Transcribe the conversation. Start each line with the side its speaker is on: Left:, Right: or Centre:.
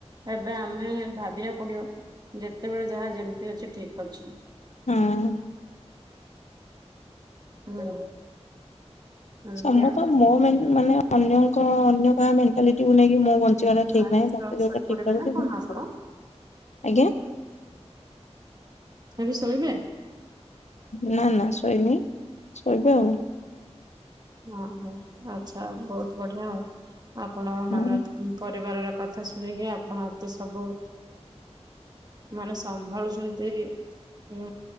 Right: ଏବେ ଆମେ ଭାବିବାକୁ ପଡିବ ଯେତେବେଳେ ଯାହା ଯେମିତି ଅଛି ଠିକ ଅଛି।
Left: ହଁ।
Right: ହୁଁ। ଏମିତି
Left: ସମସ୍ତ
Right: ଆଉ।
Left: ମୋ ମାନେ ଅନ୍ୟଙ୍କ ଅନ୍ୟ କାହା ମେଣ୍ଟାଲିଟିକୁୁ ନେଇକି ମୁଁ ବନ୍ ଞ୍ଚିବା ଟା ଠିକ
Right: ଆଛା
Left: ନାହିଁ ମତେ ଯଉଟା
Right: ଶୋଇପଡିବେ
Left: ଠିକ ଲାଗୁଛି
Right: ନା କଣ
Left: ମୁଁ
Right: ଆପଣ
Left: ଆଜ୍ଞା।
Right: ଭ ବି ଶୋଇବେ?
Left: ନା ନା ଶୋଇନି ଶୋଇବେ ଆଉ।
Right: ଓ ହୋ ଆଚ୍ଛା ବହୁତ ବଢିଆ ଆଉ ଆପଣ
Left: ହଁ
Right: ମାନ ପରିବାର ର କଥା ଶୁଣିକି ଆପଣ ତ ସବୁ ମାନେ ସମ୍ଭାଳୁଛନ୍ତି ଉଁ